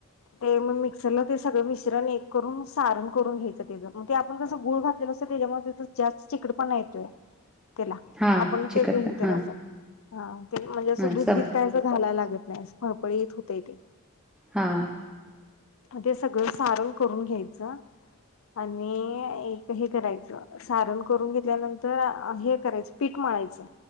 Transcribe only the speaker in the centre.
<inaudible>
हा
चिकट पण हा
हा
सम
हा